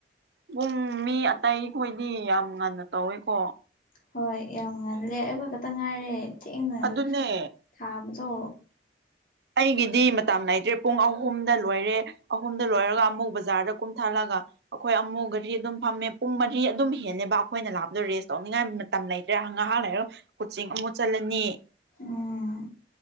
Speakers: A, on the right; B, on the left.
A: ꯄꯨꯡ ꯃꯤ ꯑꯇꯩ ꯈꯣꯏꯗꯤ ꯌꯥꯝ ꯉꯟꯅ ꯇꯧꯋꯦꯀꯣ
B: ꯍꯣꯏ ꯌꯥꯝ ꯉꯜꯂꯦ ꯑꯩꯈꯣꯏ ꯈꯛꯇ ꯉꯥꯏꯔꯦ ꯊꯦꯡꯅ
A: ꯑꯗꯨꯅꯦ
B: ꯊꯥꯕꯗꯣ
A: ꯑꯩꯒꯤꯗꯤ ꯃꯇꯝ ꯅꯥꯏꯗ꯭ꯔꯦ ꯄꯨꯡ ꯑꯍꯨꯝꯗ ꯂꯣꯏꯔꯦ ꯑꯍꯨꯝꯗ ꯂꯣꯏꯔꯒ ꯑꯃꯨꯛ ꯕꯖꯥꯔꯗ ꯀꯨꯝꯊꯥꯂꯒ ꯑꯩꯈꯣꯏ ꯑꯃꯨꯛ ꯒꯔꯤ ꯑꯗꯨꯝ ꯐꯝꯃꯦ ꯄꯨꯡ ꯃꯔꯤ ꯑꯗꯨꯝ ꯍꯦꯜꯂꯦꯕ ꯑꯩꯈꯣꯏꯅ ꯂꯥꯞꯄꯗꯣ ꯔꯦꯁ ꯇꯧꯅꯤꯡꯉꯥꯏ ꯇꯝ ꯂꯩꯇ꯭ꯔꯦ ꯉꯥꯏꯍꯥꯛ ꯂꯩꯔ ꯀꯣꯆꯤꯛ ꯑꯃꯨꯛ ꯆꯠꯂꯅꯤ
B: ꯎꯝ